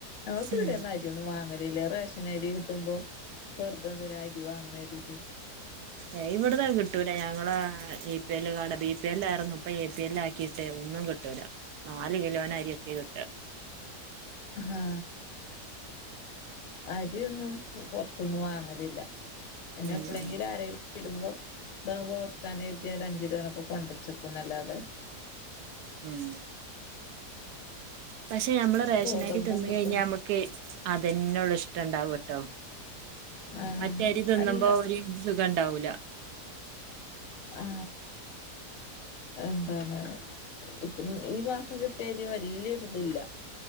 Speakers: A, on the left; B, on the right.
A: ഞങ്ങള് പീട്യേന്ന്
B: ഉം
A: അരി യൊന്നും വാങ്ങ അരിലെ റേഷനരി കിട്ടുമ്പോ അതെന്നെ അരി വാങ്ങണ ര്ത്തീട്ടെ
B: ഏ ഇവടന്നഅ് കിട്ടൂല ഞങ്ങള് A P L കാഡാ B P എല്ലായിര്ന്നു. ഇപ്പ എ പി എല്ലാക്കി ട്ടെ ഒന്നും കിട്ടൂല നാല് കിലോനരിയെക്കെ കിട്ട
A: ഹാ അരിയൊന്നും പൊർത്ത്ന്ന് വാങ്ങലില്ല പിന്നെ
B: ഉം
A: എപ്പ
B: ഉം
A: ളെങ്കിലും ആരെ വെരുമ്പോ താവുമ്പോ വെക്കാനെര് ത്യാണ്ട് അഞ്ചിലോനൊക്കെ കൊണ്ട്രച്ചെക്കുന്നല്ലാതെ
B: ഉം പക്ഷെ നമ്മള് റേഷനരി
A: ഗോതമ്പും
B: തിന്ന്
A: കിട്ടും
B: കയിഞ്ഞാമ്മക്ക് അതെന്നൊള്ളൂ ഇഷ്ടണ്ടാവട്ടോ
A: ആഹ്
B: മറ്റേ അരി തിന്നുമ്പോ
A: അല്ല
B: ഒരു സുഖണ്ടാവൂല്ല
A: ആ എന്താണ് ഇപ്പൊ ഈ മാസം കിട്ട്യരി വെല്ല്യൊരുതില്ല